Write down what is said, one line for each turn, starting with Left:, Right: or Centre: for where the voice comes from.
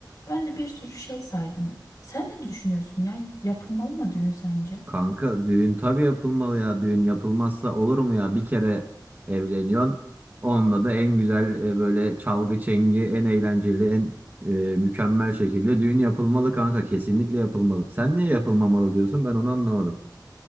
Left: Ben de bir sürü şey saydım. Sen ne düşünüyorsun ya yapılmalı mı düğün sence?
Right: Kanka düğün tabii yapılmalı ya. Düğün yapılmazsa olur mu ya? Bir kere evleniyorsun. Onunla da en güzel e, böyle çalgı çengi, en eğlenceli, en e, mükemmel şekilde düğün yapılmalı kanka. Kesinlikle yapılmalı. Sen niye yapılmamalı diyorsun? Ben onu anlamadım.